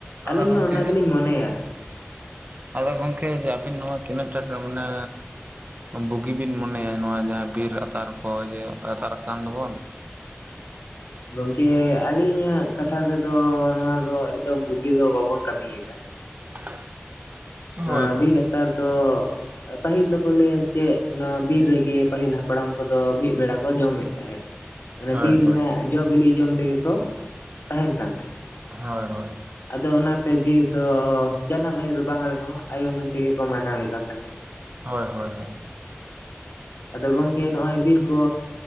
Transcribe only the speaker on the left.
ᱟᱹᱞᱤᱧ
ᱦᱚᱸ ᱚᱱᱟ ᱜᱮᱞᱤᱧ ᱢᱚᱱᱮᱭᱟ ᱾
ᱜᱚᱝᱠᱮ ᱟᱹᱞᱤᱧᱟᱜ ᱠᱟᱛᱷᱟ ᱛᱮᱫᱚ ᱱᱚᱣᱟ ᱫᱚ ᱮᱠᱫᱚᱢ ᱵᱩᱜᱤ ᱫᱚ ᱵᱟᱵᱚᱱ ᱠᱟᱹᱢᱤᱭᱮᱫᱟ ᱾
ᱱᱚᱣᱟ
ᱵᱤᱨ ᱟᱛᱟᱨ ᱫᱚ ᱯᱟᱹᱦᱤᱞ ᱫᱚᱠᱚ ᱞᱟᱹᱭᱟ ᱥᱮᱜ ᱱᱚᱣᱟ ᱵᱤᱨ ᱨᱮᱜᱮ ᱯᱟᱹᱦᱤᱞ ᱦᱟᱯᱲᱟᱢ ᱠᱚᱫᱚ ᱢᱤᱫ ᱵᱮᱲᱟ ᱠᱚ ᱡᱚᱢᱮᱫ ᱛᱟᱦᱮᱸᱫ ᱚᱱᱮ
ᱵᱤᱨ ᱨᱮᱱᱟᱜ
ᱡᱚ ᱵᱤᱞᱤ ᱡᱚᱢ ᱛᱮᱜᱮ ᱠᱚ ᱛᱟᱦᱮᱱ ᱠᱟᱱ ᱛᱟᱦᱮᱸᱫ ᱾
ᱟᱫᱚ ᱚᱱᱟᱛᱮ ᱵᱤᱨ ᱫᱚ ᱡᱟᱱᱟᱢ ᱟᱭᱩ ᱫᱚ ᱵᱟᱝ ᱨᱮᱦᱚᱸ ᱟᱭᱳ ᱢᱮᱱ ᱛᱮᱜᱮ ᱠᱚ ᱢᱟᱱᱟᱣᱮᱫ ᱠᱟᱱ ᱛᱟᱦᱮᱸᱫ ᱾
ᱟᱫᱚ ᱜᱚᱢᱠᱮ ᱱᱚᱜᱼᱚᱭ ᱵᱤᱨ ᱠᱚ